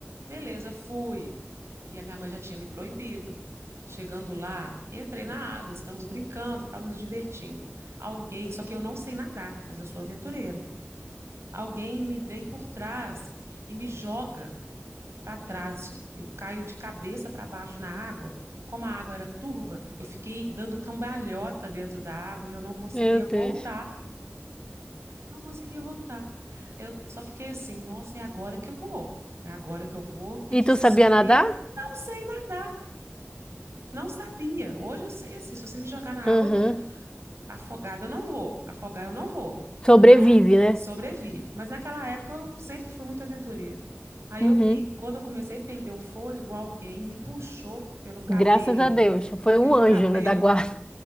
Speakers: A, on the right; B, on the left.
A: Beleza, fui. E a minha mãe já tinha me proibido. Chegando lá, entrei na água, estamos brincando, estamos nos divertindo. Alguém, só que eu não sei nadar, mas eu sou aventureira. Alguém me vem por trás e me joga para trás. Eu caio de cabeça para baixo na água. Como a água era turva, eu fiquei dando cambalhota dentro da água e eu não conseguia
B: Meu
A: voltar
B: Deus.
A: não conseguia voltar. Eu só fiquei assim, nossa, é agora que eu vou. É agora que eu vou, que
B: E
A: desespero.
B: tu sabia nadar?
A: Não sei nadar, não sabia. Hoje eu sei assim, se você me jogar na
B: Uhum.
A: água afogada, eu não vou. Afogar eu não vou.
B: Sobrevive,
A: Ai,
B: né?
A: sobrevive. Mas naquela época eu sempre fui muito aventureira. Aí
B: Uhum.
A: eu vi, quando eu comecei a perder o fôlego, alguém me puxou pelo cabelo,
B: Graças a Deus. Foi
A: pelo
B: um anjo,
A: cabelo.
B: né, da guarda.